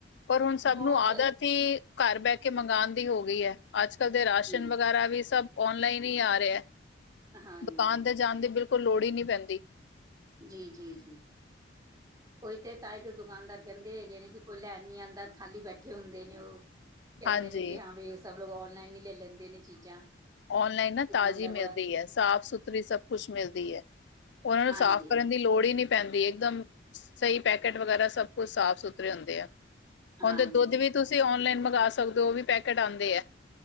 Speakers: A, on the left; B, on the right.
A: ਪਰ ਹੁਣ ਸਭ
B: ਬਹੁਤ
A: ਨੂੰ ਆਦਤ ਹੀ ਘਰ ਬੈ ਕੇ ਮੰਗਾਣ ਦੀ ਹੋ ਗਈ ਹੈ ਅੱਜ ਕੱਲ ਦੇ ਰਾਸ਼ਨ
B: ਜੀ
A: ਵਗੈਰਾ ਵੀ ਸਭ ਔਨਲਾਈਨ ਹੀ ਆ ਰੇਹਾ
B: ਹਾਂਜੀ
A: ਦੁਕਾਨ ਤੇ ਜਾਣ ਦੀ ਬਿਲਕੁਲ ਲੋੜ ਹੀ ਨਹੀਂ ਪੈਂਦੀ
B: ਜੀ ਜੀ ਜੀ ਕੋਈ ਤੇ ਤਈ ਤੇ ਦੁਕਾਨਦਾਰ ਕੈਂਦੇ ਹੈਗੇ ਨੇ ਕਿ ਕੋਈ ਲੈਣ ਨੀ ਆਂਦਾ ਖਾਲੀ ਬੈਠੇ ਹੁੰਦੇ ਨੇ ਉਹ ਕੈਂਦੇ
A: ਹਾਂਜੀ।
B: ਨੇ ਕਿ ਹਾਂ ਬ ਈ ਸਭ ਲੋਕ ਔਨਲਾਈਨ ਹੀ ਲੈ ਲੈਂਦੇ ਨੇ ਚੀਜ਼ਾਂ
A: ਔਨਲਾਈਨ ਨਾ
B: ਦੁਕਾਨਦਾਰ
A: ਤਾਜ਼ੀ ਮਿਲਦੀ
B: ਬੜਾ
A: ਹੈ ਸਾਫ਼ ਸੁਥਰੀ ਸਭ ਕੁਛ ਮਿਲਦੀ ਹੈ। ਉਹਨਾਂ ਨੂੰ
B: ਹਾਂਜੀ
A: ਸਾਫ਼ ਕਰਨ ਦੀ ਲੋੜ ਹੀ ਨਹੀਂ ਪੈਂਦੀ ਇੱਕਦਮ ਸਹੀ ਪੈਕੇਟ ਵਗੈਰਾ ਸਭ ਕੁਛ ਸਾਫ ਸੁਥਰੇ ਹੁੰਦੇ ਆ
B: ਹਾਂਜੀ
A: ਹੁਣ ਤੇ ਦੁੱਧ ਵੀ ਤੁਸੀਂ ਓਨਲਾਈਨ ਮੰਗਵਾ ਸਕਦੇ ਹੋ ਓ ਵੀ ਪੈਕਟ ਆਂਦੇ ਆ